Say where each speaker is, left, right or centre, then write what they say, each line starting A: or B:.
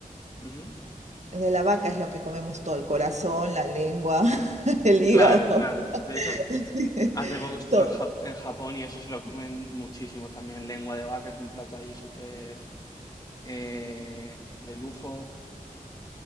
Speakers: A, on the left; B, on the right.
A: Ujú.
B: De la vaca es lo que comemos todo, el corazón, la lengua, <laughs> el hígado,
A: Claro, claro.
B: <laughs>
A: De hecho,
B: sí,
A: Hace poco estuve
B: todo.
A: en, Jap- en Japón y eso se lo comen muchísimo también. Lengua de vaca es un plato allí súper eh, de lujo.